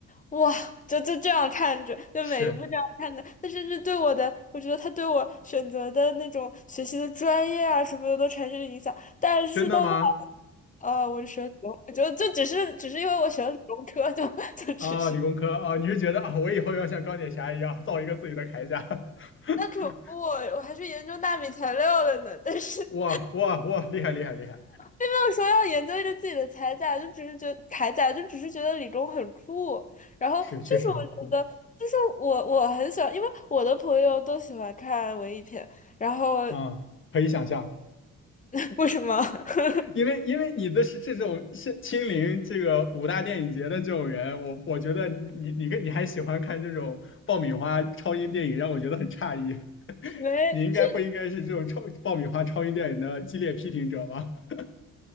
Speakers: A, on the left; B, on the left.
A: 哇，就就这样看着，就每一部这样看着，
B: 是
A: 他甚至对我的，我觉得他对我选择的那种学习的专业啊什么的都产生了影响。但是到后来，
B: 真的吗？
A: 呃，我就选理工，我就就只是只是因为我选了理工科，就 <laughs> 就只是
B: 啊，理工科啊，你是觉得啊，我以后要像钢铁侠一样造一个自己的铠甲？<laughs>
A: 那可不我我还去研究纳米材料了呢，但是。
B: 哇哇哇，厉害厉害厉害！
A: <laughs> 有说要研究一个自己的铠甲，就只是觉得铠甲，就只是觉得李忠很酷。然后就是我觉得，
B: 是，确实很酷
A: 就是我我很喜欢，因为我的朋友都喜欢看文艺片。然后
B: 啊，可以想象，
A: <laughs> 为什么？<laughs>
B: 因为因为你的是这种是亲临这个五大电影节的这种人，我我觉得你你你跟你还喜欢看这种爆米花超英电影，让我觉得很诧异。<laughs>
A: 没，
B: 你应该不应该是这种超爆米花超英电影的激烈批评者吧？
A: 是
B: <laughs>